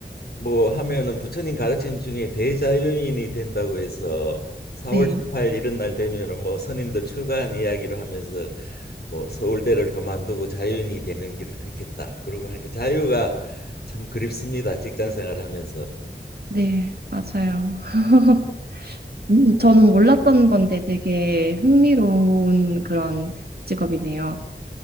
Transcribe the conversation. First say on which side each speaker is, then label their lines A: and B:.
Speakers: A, on the left (about 60°); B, on the right (about 60°).
A: 뭐 하면은 부처님 가르침 중에 대자연인이 된다고 해서 4월
B: 네,
A: 18일 이런 날 되면은 뭐 스님들 출가한 이야기로 하면서 뭐 서울대를 그만두고 자유인이 되는 길을 택했다. 그러고 하니까 자유가 참 그립습니다. 직장 생활하면서.
B: 네, 맞아요. <laughs> 음, 저는 몰랐던 건데 되게 흥미로운 그런 직업이네요.